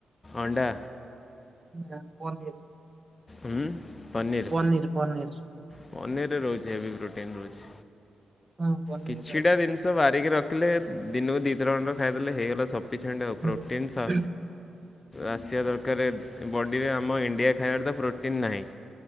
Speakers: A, on the left; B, on the right.
A: ଅଣ୍ଡା
B: ନା ପନିର୍
A: ଉଁ, ପନିର୍
B: ପନିର ପନିର
A: ପନିର୍ ରେ ରହୁଛି ହେବି ପ୍ରୋଟିନ୍ ରହୁଛି।
B: ହଁ ପନିର
A: କିଛିଟା
B: ବାଗ ଅଛି।
A: ଜିନିଷ ବାର ଦେଇକି ରଖିଲେ ଦିନକୁ ଦିଥର ଖଣ୍ଡେ ଖାଇଦେଲେ ହେଇଗଲା ସଫିସିଏଣ୍ଟ, ଆଉ
B: ହୁଁ।
A: ପ୍ରୋଟିନ୍ ସା ଆସିବା ଦରକାରେ ବଡ଼ିରେ ଆମ ଇଣ୍ଡିଆ ଖାଇବାରେ ତ ପ୍ରୋଟିନ୍ ନାହିଁ।